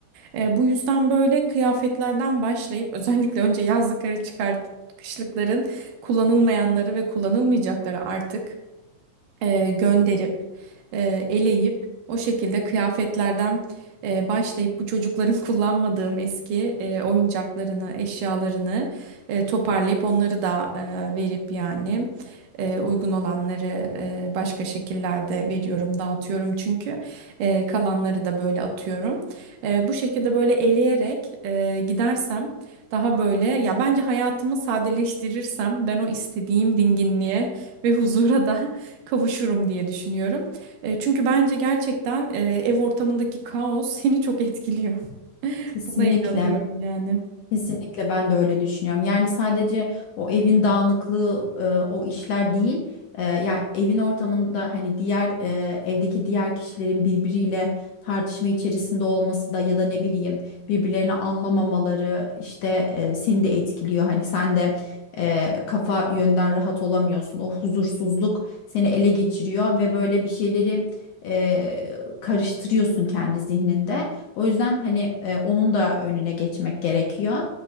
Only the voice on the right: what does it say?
Ee, bu yüzden böyle kıyafetlerden başlayıp <laughs> özellikle önce yazlıkları çıkartıp kışlıkların kullanılmayanları ve kullanılmayacakları artık. e, gönderip e, eleyip o şekilde kıyafetlerden e, başlayıp bu çocukların <laughs> kullanmadığım eski e, oyuncaklarını, eşyalarını e, toparlayıp onları da e, verip yani e, uygun olanları e, başka şekillerde veriyorum, dağıtıyorum çünkü e, kalanları da böyle atıyorum. E, bu şekilde böyle eleyerek e, gidersem daha böyle ya bence hayatımı sadeleştirirsem ben o istediğim dinginliğe ve huzura da kavuşurum diye düşünüyorum. E, çünkü bence gerçekten e, ev ortamındaki kaos <laughs> seni çok etkiliyor. <laughs>
Buna inanıyorum yani.